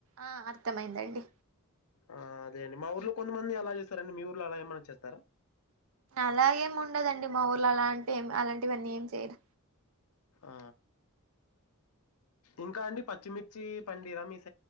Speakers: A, on the right (about 65°); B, on the left (about 80°).
A: ఆ అర్థమైందండి
B: ఆ అదే అండి మా ఊర్లో కొంత మంది అలా చేస్తారండి మీ ఊర్లో అలా ఏమన్నా చేస్తారా
A: అలాగేమి ఉండదండి మా ఊర్లో అలాంటే ఏం అలాంటివన్నీ ఏం చెయ్రు
B: ఆ ఇంకా అండి పచ్చిమిర్చి పండిరా మీ స్